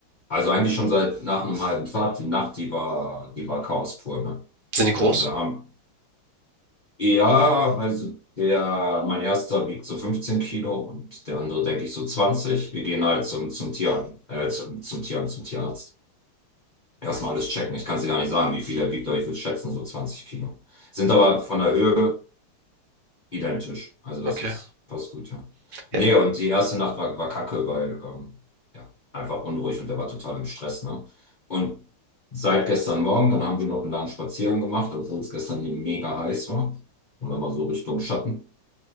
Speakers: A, on the left; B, on the right.
A: Also eigentlich schon seit nach einem halben Tag. Die Nacht, die war, die war Chaos pur, ne?
B: Sind die groß?
A: Da, da haben, Ja, also der, mein erster wiegt so 15 Kilo und der andere, denke ich, so 20. Wir gehen halt zum, zum Tier, äh, zum, zum Tier, zum Tierarzt. Erstmal alles checken. Ich kann es dir gar nicht sagen, wie viel er wiegt, aber ich würde schätzen, so 20 Kilo. Sind aber von der Höhe identisch. Also das
B: Okay.
A: ist fast gut, ja. Nee,
B: Ja,
A: und die erste Nacht war, war kacke, weil ähm, ja, einfach unruhig und der war total im Stress, ne? Und seit gestern Morgen, dann haben wir noch einen langen Spaziergang gemacht, obwohl es gestern hier mega heiß war. Und dann mal so Richtung Schatten.